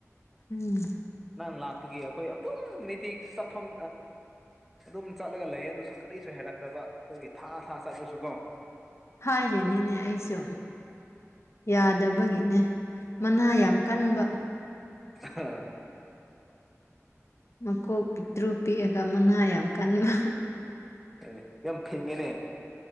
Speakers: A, on the left; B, in the centre.
A: ꯎꯝ
B: ꯅꯪ ꯂꯥꯛꯄꯒꯤ ꯑꯩꯈꯣꯏ ꯑꯗꯨꯝ ꯅꯤꯇꯤꯛ ꯆꯠꯐꯝ ꯑꯗꯨꯝ ꯆꯠꯂꯒ ꯂꯩ ꯑꯗꯨꯁꯨ ꯀꯔꯤꯁꯨ ꯍꯥꯏꯔꯛꯇꯕ ꯑꯗꯨꯒꯤ ꯊꯥ ꯊꯥ ꯆꯠꯂꯨꯁꯨ ꯀꯣ
A: ꯍꯥꯏꯔꯤꯅꯤꯅꯦ ꯑꯩꯁꯨ ꯌꯥꯗꯕꯒꯤꯅꯦ ꯃꯅꯥ ꯌꯥꯝ ꯀꯟꯕ
B: ꯑ
A: ꯃꯀꯣꯛ ꯄꯤꯛꯇ꯭ꯔꯨ ꯄꯤꯛꯑꯒ ꯃꯅꯥ ꯌꯥꯝ ꯀꯟꯕ
B: ꯑ ꯌꯥꯝ ꯏꯅꯦ